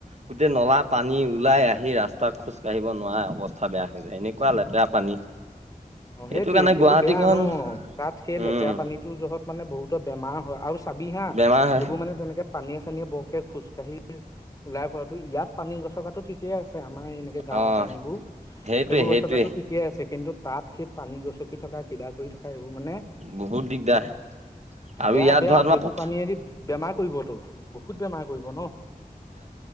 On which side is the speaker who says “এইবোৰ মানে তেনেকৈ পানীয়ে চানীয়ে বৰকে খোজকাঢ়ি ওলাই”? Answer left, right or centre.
Left